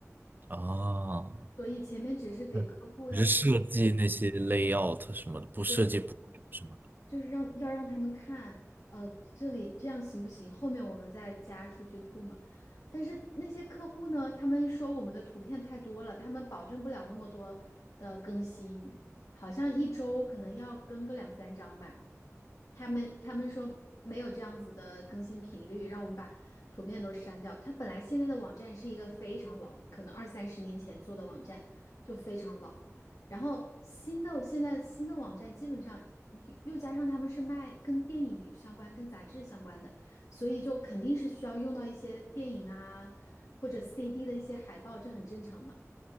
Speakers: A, on the right; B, on the left.
A: 啊，
B: 所以前面只是给客户要做对
A: 对只是设计那些 layout 什么的，不设计不什么的，
B: 对就是让要让他们看，呃，这里这样行不行？后面我们再加数据库嘛。但是那些客户呢，他们说我们的图片太多了，他们保证不了那么多的更新，好像一周可能要更个两三张吧。他们他们说没有这样子的更新频率，让我们把图片都删掉。它本来现在的网站是一个非常老的可能二三十年前做的网站就非常老，然后新的现在新的网站基本上又又加上他们是卖跟电影有相关、跟杂志相关的，所以就肯定是需要用到一些电影啊或者 CD 的一些海报，这很正常嘛。